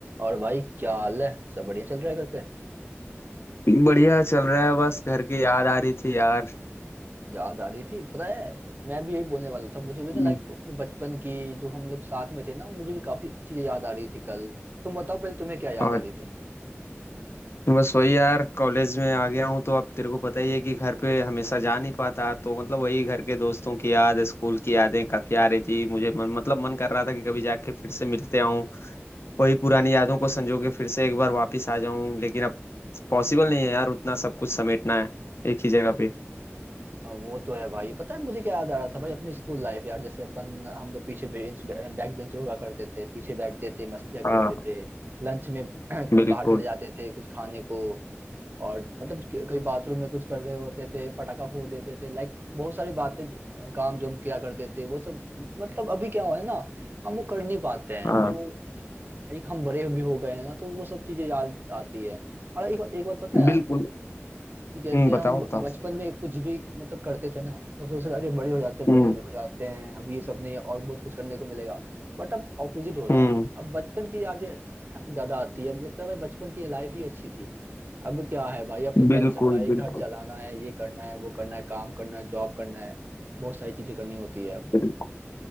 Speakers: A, on the right; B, on the left.
A: और भाई क्या हाल है सब बढ़िया चल रहा है घर पे
B: बढ़िया चल रहा है बस घर की याद आ रही थी यार
A: याद आ रही थी पता है मैं भी यही बोलने वाला था मुझे
B: हम्म,
A: भी ना लाइक अपने बचपन की जो हम लोग साथ में थे ना मुझे भी काफी चीजें याद आ रही थी कल तुम बताओ पहले तुम्हें क्या याद
B: और
A: आ रही थी
B: बस वही यार कॉलेज में आ गया हूँ तो अब तेरे को पता ही है कि घर पे हमेशा जा नहीं पाता तो मतलब वही घर के दोस्तों की याद स्कूल की यादें काफी आ रही थी मुझे मन, मतलब मन कर रहा था कि कभी जाके फिर से मिलते आऊँ वही पुरानी यादों को संजो के फिर से एक बार वापिस आ जाऊँ लेकिन अब पॉसिबल नहीं है यार उतना सब कुछ समेटना है एक ही जगह पे
A: हाँ वो तो है भाई पता है मुझे क्या याद आ रहा था भाई अपनी स्कूल लाइफ यार जैसे अपन हम लोग पीछे बेंच बैक बेंचर हुआ करते थे पीछे बैठते थे मस्तियाँ
B: हाँ
A: करते थे लंच में <clears throat>
B: बिल्कुल
A: बाहर चले जाते थे कुछ खाने को और मतलब क- कहीं बाथरूम में कुछ कर रहे होते थे पटाखा फोड़ देते थे लाइक बहुत सारी बातें ज- काम जो हम किया करते थे वो सब मतलब अभी क्या हुआ है ना हम वो कर नहीं पाते हैं
B: हाँ
A: हमें वो एक हम बड़े भी हो गए हैं ना तो वो सब चीजें याद आती है और एक एक बात पता है
B: बिल्कुल
A: आपको कि जैसे
B: हम्म, बताओ
A: हम
B: बताओ
A: बचपन में कुछ भी मतलब करते थे ना तो हम सोचते थे, अरे बड़े हो जाते हैं
B: हम्म
A: बड़े हो हो जाते हैं अब ये सब नहीं और बहुत कुछ करने को मिलेगा बट अब ऑपोजिट हो रहा
B: हम्म
A: है अब बचपन की यादें हाँ, ज्यादा आती है अब लगता है भाई बचपन की लाइफ ही अच्छी थी अब क्या है भाई अब तो
B: बिल्कुल
A: टेंशन भाई
B: बिल्कुल
A: घर चलाना है ये करना है वो करना है काम करना है जॉब करना है बहुत सारी चीजें करनी होती है अब
B: बिल्कुल